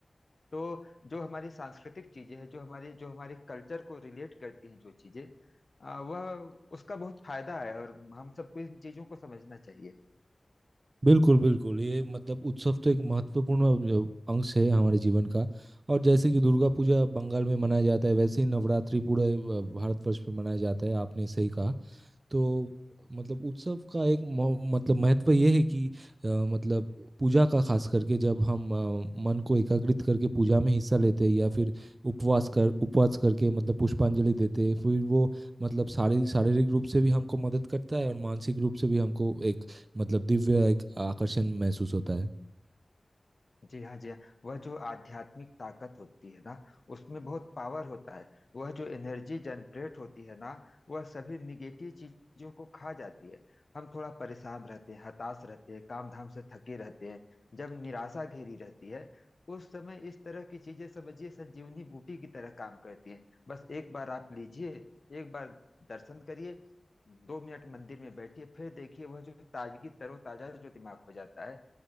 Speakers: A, on the left (about 55°); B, on the right (about 50°).
A: तो जो हमारी सांस्कृतिक चीजें हैं जो हमारी जो हमारे कल्चर को रिलेट करती हैं जो चीजें आ, वह उसका बहुत फायदा है और हम सबको इन चीजों को समझना चाहिए
B: बिल्कुल बिल्कुल ये मतलब उत्सव तो एक महत्वपूर्ण अ, अंश है हमारे जीवन का और जैसे कि दुर्गा पूजा बंगाल में मनाया जाता है वैसे ही नवरात्रि पूरे अ, भारतवर्ष में मनाया जाता है आपने सही कहा तो मतलब उत्सव का एक मौ- मतलब महत्व यह है कि अ, मतलब पूजा का खास करके जब हम अ, मन को एकाग्रित करके पूजा में हिस्सा लेते हैं या फिर उपवास कर उपवास करके मतलब पुष्पांजलि देते हैं फिर वो मतलब शारी शारीरिक रूप से भी हमको मदद करता है और मानसिक रूप से भी हमको एक मतलब दिव्य एक आकर्षण महसूस होता है
A: जी हाँ जी हाँ वह जो आध्यात्मिक ताकत होती है ना उसमें बहुत पावर होता है वह जो एनर्जी जनरेट होती है ना वह सभी निगेटिव चीजों को खा जाती है हम थोड़ा परेशान रहते हैं हताश रहते हैं काम धाम से थके रहते हैं जब निराशा घेरी रहती है उस समय इस तरह की चीजें समझिए संजीवनी बूटी की तरह काम करती हैं बस एक बार आप लीजिए एक बार दर्शन करिए दो मिनट मंदिर में बैठिए फिर देखिए वह जो ताजगी तरोताजा जो दिमाग हो जाता है